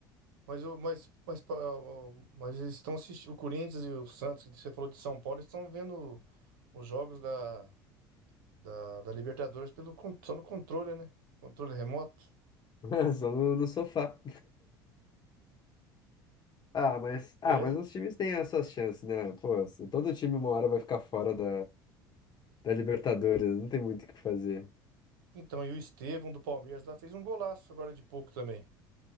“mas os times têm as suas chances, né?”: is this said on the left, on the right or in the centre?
Left